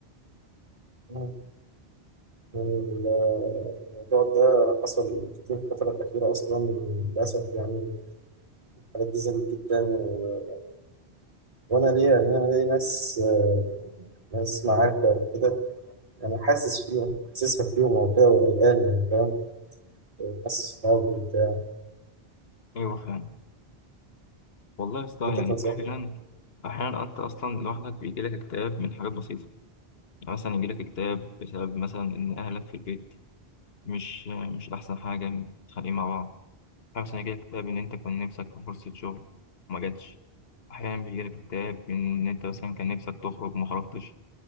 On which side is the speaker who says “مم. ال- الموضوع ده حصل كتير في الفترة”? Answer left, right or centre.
Right